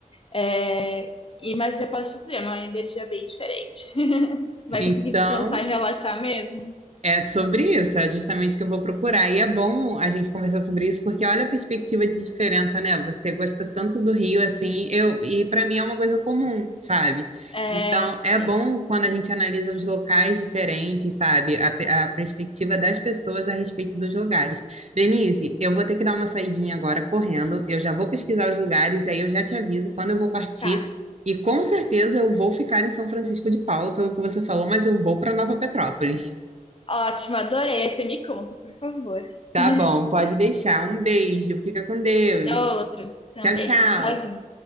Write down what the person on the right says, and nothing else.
Então,
É sobre isso, é justamente o que eu vou procurar. E é bom a gente conversar sobre isso, porque olha a perspectiva de diferença, né? Você gosta tanto do Rio assim, eu e para mim é uma coisa comum, sabe?
Então é
bom quando a gente analisa os locais diferentes, sabe? A, pe- a perspectiva das pessoas a respeito dos lugares. Denise, eu vou ter que dar uma saidinha agora correndo. Eu já vou pesquisar os lugares e aí eu já te aviso quando eu vou partir.
E com certeza eu vou ficar em São Francisco de Paula, pelo que você falou, mas eu vou para Nova Petrópolis.
Tá
bom, pode deixar. Um beijo, fica com Deus.
Tchau, tchau.